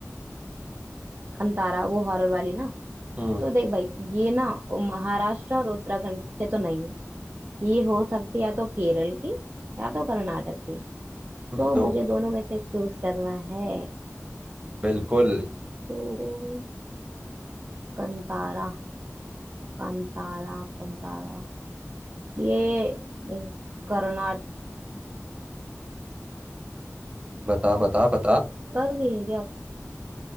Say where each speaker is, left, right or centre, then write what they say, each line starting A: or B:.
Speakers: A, on the right; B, on the right.
A: खंतारा वो हॉरर वाली ना
B: हम्म
A: तो देख भाई ये ना वो महाराष्ट्र और उत्तराखंड से तो नहीं है ये हो सकती है या तो केरल की या तो कर्नाटक की
B: हम्म,
A: तो
B: तो
A: मुझे दोनों में से चूज करना है
B: बिल्कुल
A: तो कंतारा कंतारा कंतारा ये अम, कर्नाटक
B: बता बता बता
A: की है क्या